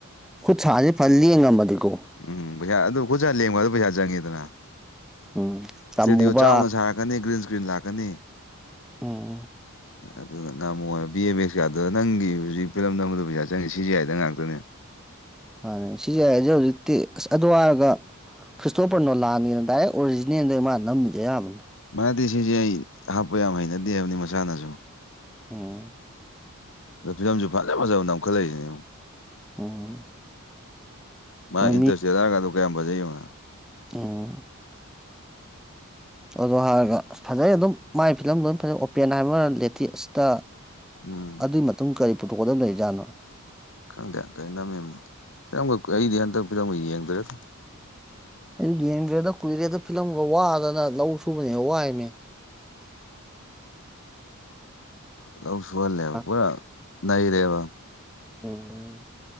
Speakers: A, in the centre; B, on the left (about 60°).
A: ꯈꯨꯠ ꯁꯥꯥꯁꯦ ꯐꯟ ꯂ‌ꯦꯡꯉꯝꯃꯗꯤꯀꯣ꯫
B: ꯎꯝ ꯄꯩꯁꯥ ꯑꯗꯨ ꯈꯨꯣꯏꯁꯥ ꯂꯦꯡꯕ ꯑꯗꯨ ꯄꯩꯁꯥ ꯆꯪꯉꯤꯗꯅ꯫
A: ꯎꯝ ꯇꯝꯃꯨꯕ
B: ꯏꯁꯇꫭꯗꯤꯑꯣ ꯆꯥꯎꯅ ꯁꯥꯔꯛꯀꯅꯤ ꯒ꯭ꯔꯤꯟ ꯏꯁꯀ꯭ꯔꯤꯟ ꯂꯥꯛꯀꯅꯤ꯫
A: ꯑꯣ꯫
B: ꯑꯗꯨꯅ ꯉꯝꯃꯣꯏꯕ ꯕꯤ ꯑꯦꯝ ꯑꯦꯛꯁ ꯀꯥꯗ ꯅꯪꯒꯤ ꯍꯧꯖꯤꯛ ꯐꯤꯂꯝꯗꯝꯕꯗ ꯄꯩꯁꯥ ꯆꯪꯉꯤ ꯁꯤꯖꯤꯑꯥꯏꯗ ꯍ ꯉꯥꯛꯇꯅꯦ꯫
A: ꯃꯥꯅꯦ ꯁꯤꯖꯤ ꯑꯥꯏꯁꯦ ꯍꯧꯖꯤꯛꯇꯤ ꯑꯁ ꯑꯗꯨꯋꯥꯏꯔꯒ꯫ ꯈ꯭ꯔꯤꯁꯇꯣꯄꯔ ꯅꯣꯂꯥꯟꯒꯤꯅ ꯗꯥꯏꯔꯦꯛ ꯑꯣꯔꯤꯖꯤꯅꯦꯜꯗ ꯃꯥꯅ ꯅꯝꯃꯤꯁ‌ꯦ ꯑꯌꯥꯝꯕꯅ꯫
B: ꯃꯥꯗꯤ ꯁꯤꯖꯤ ꯑꯥꯏ ꯍꯥꯞꯄ ꯌꯥꯝ ꯍꯩꯅꯗꯦ ꯍꯥꯏꯕꯅꯤ ꯃꯁꯥꯅꯁꯨ꯫
A: ꯑꫭ꯫
B: ꯑꯗꯨ ꯐꯤꯂꯝꯁꯨ ꯐꯖ ꯐꯖꯕ ꯅꯝ ꯈꯠꯂꯛꯏꯁꯤꯅꯦ꯫
A: ꯎꯝ
B: ꯃꯥ
A: ꯑꯗꯣ
B: ꯏꯟꯇꯔꯆ‌ꯦꯂꯔ ꯒꯗꯣ ꯀꯌꯥꯝ ꯐꯖꯩ ꯋ‌ꯦꯉꫭ ꯅꯕ꯫
A: ꯑꯣ꯫ ꯑꯗꯨ ꯍꯥꯏꯔꯒ ꯐꯖꯩ ꯑꯗꯨꯝ ꯃꯥꯏ ꯐꯤꯂꯝꯗ ꯑꯗꯨꯝ ꯐꯖꯩ ꯑꯣꯄꯦꯟ ꯍꯥꯏꯕ ꯑꯃ ꯂꯦꯇꯦꯁꯇ꯫
B: ꯎꯝ
A: ꯑꯗꯨꯏ ꯃꯇꯨꯡ ꯀꯔꯤ ꯄꯨꯊꯣꯛꯀꯗꯕ ꯂꯩꯔꯤꯖꯥꯠꯅꯣ꯫
B: ꯈꯪꯗꯦ ꯀꯩꯅꯝꯃꯤꯝꯅꫭ ꯀꯩꯝꯒ ꯑꯩꯗꯤ ꯍꯟꯗꯛ ꯐꯤꯂꯝꯒ ꯌꯦꯡꯗ꯭ꯔꯦꯗ꯫
A: ꯑꯩ ꯌꯦꯡꯗ꯭ꯔꯦꯗ ꯀꯨꯏꯔꯦꯗ ꯐꯤꯂꯝꯒ ꯋꯥꯗꯅ ꯂꯧ ꯁꯨꯕꯅ ꯍ‌ꯦꯟ ꯋꯥꯏꯃꯤ꯫
B: ꯂꯧ ꯁꯨꯍꯜꯂꯦꯕ
A: ꯑ
B: ꯄꯨꯔꯥ ꯅꯩꯔꯦꯕ꯫
A: ꯎꯝ